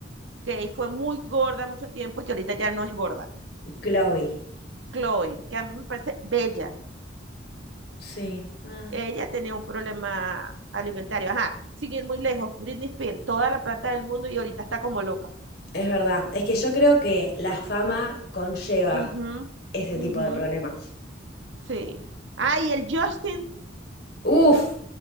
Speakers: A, on the right; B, on the left.
A: que fue muy gorda mucho tiempo y que ahorita ya no es gorda?
B: Chloe.
A: Chloe, que a mí me parece bella.
B: Sí. Ah.
A: Ella tenía un problema alimentario. Ajá, sin ir muy lejos, Britney Spears, toda la plata del mundo y ahorita está como loca.
B: Es verdad. Es que yo creo que la fama conlleva
A: Ujú,
B: ese
A: ujú,
B: tipo de problemas.
A: sí. Ah, y el Justin
B: Uf,